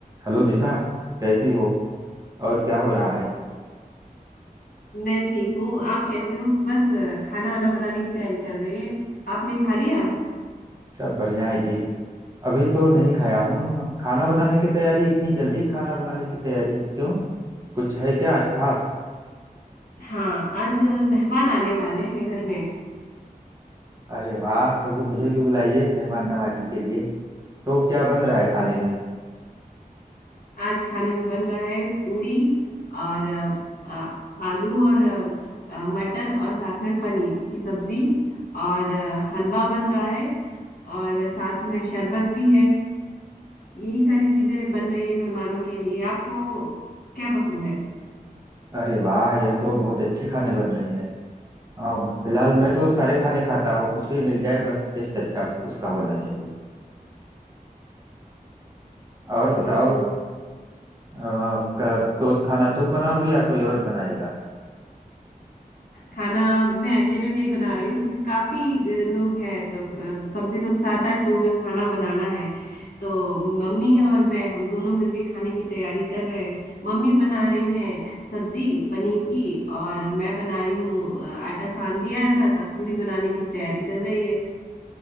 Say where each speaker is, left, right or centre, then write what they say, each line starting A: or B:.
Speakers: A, on the right; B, on the left.
A: हेलो निशा कैसी हो और क्या हो रहा है
B: मैं ठीक हूँ आप कैसे हो बस अ, खाना आना बनाने की तैयारी चल रही है आपने खा लिया
A: सब बढ़िया है जी अभी तो नहीं खाया हूँ खाना बनाने की तैयारी इतनी जल्दी खाना बनाने की तैयारी क्यों कुछ है क्या आज खास
B: हाँ आज अ, मेहमान आने वाले हैं घर में
A: अरे वाह कभी मुझे भी बुलाइए मेहमान नवाजी के लिए तो क्या बन रहा है खाने में
B: आज खाने में बन रहा है पूड़ी और अ, अ, आलू और अ, अ, मटर और साथ में पनीर की सब्जी और अ, हलवा बन रहा है और साथ में शरबत भी है यही सारी चीजें बन रही है मेहमानों के लिए आपको क्या पसंद है
A: अरे वाह यह तो बहुत अच्छे खाने बन रहे हैं और फिलहाल मैं तो सारे खाने खाता हूँ कुछ भी मिल जाए बस टेस्ट अच्छा उस, उसका होना चाहिए और बताओ
B: बिल्कुल
A: अ, क- तो खाना तुम बनाओगी या कोई और बनाएगा
B: खाना मैं अकेले नहीं बना रही हूँ क्योंकि काफी अ, लोग हैं तो अ, कम से कम सात आठ लोगों का खाना बनाना है तो मम्मी और मैं हम दोनों मिलके खाने की तैयारी कर रहे हैं मम्मी बना रही हैं सब्जी पनीर की और मैं बना रही हूँ अ, आटा सान दिया है बस अब पूड़ी बनाने की तैयारी चल रही है